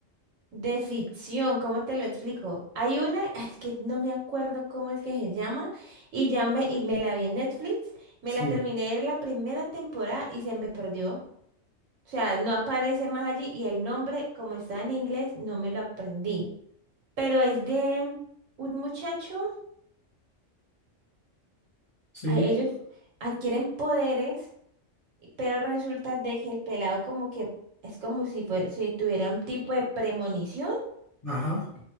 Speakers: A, on the right (about 75°); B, on the left (about 30°).
A: De ficción, ¿cómo te lo explico? Hay una, ah, es que no me acuerdo cómo es que se llama, y ya me, y me la vi en Netflix, me
B: sí.
A: la terminé de ver la primera temporada y se me perdió. O sea, no aparece más allí y el nombre, como está en inglés, no me lo aprendí. Pero es de un muchacho,
B: Sí.
A: ah, ellos adquieren poderes, y- pero resulta de que el pelado como que es como si fue, si tuviera un tipo de premonición
B: Ajá,